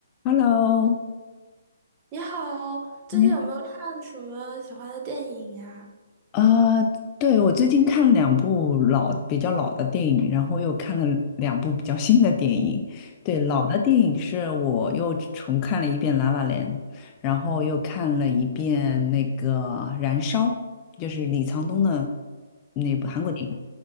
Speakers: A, on the left (about 25°); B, on the right (about 25°).
A: Hello，
B: 你好，最近有没有看什么喜欢的电影呀？
A: 你呃，对，我最近看了两部老比较老的电影，然后又看了两部比较新的电影。对，老的电影是我又重看了一遍《拉拉 l 然后又看了一遍那个《燃烧》，就是李沧东的那部韩国电影。